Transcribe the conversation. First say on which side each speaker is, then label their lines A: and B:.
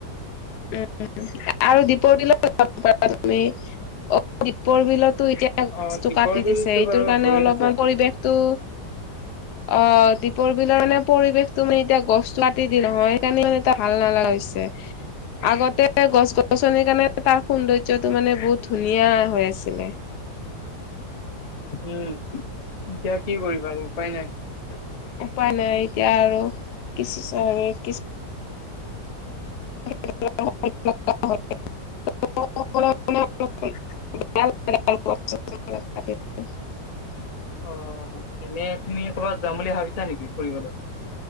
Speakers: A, on the left; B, on the left.
A: উম, আৰু দিপৰ বিলত যাব পাৰা তুমি অ' দিপৰ বিলত। টো এতিয়া গছটো
B: অ দ্বীপৰ
A: কাটি
B: বিলতো
A: দিছে, সেইটোৰ
B: বাৰু
A: কাৰণে
B: গৈয়ে
A: অলপমান
B: থাকো
A: পৰিৱেশতটো। অ' দীপৰ বিলৰ মানে পৰিৱেশ তো মানে এতিয়া গছতো কাটি দি নহয় সেইকাৰণে মানে ভাল নালাগে। পিছে আগতে গছ গছনিৰ কাৰণে তাৰ সৌন্দৰ্য্য টো মানে বহুত। ধুনীয়া হৈ আছিলে।
B: উম, এতিয়া কি কৰিবা আৰু উপায় নাই।
A: উপায় নাই এতিয়া আৰু কিছু। <unintelligible> <unintelligible> <unintelligible>
B: অ' এনে তুমি ক'ৰবাত যাম বুলি ভাবিছা নেকি ফুৰিবলৈ?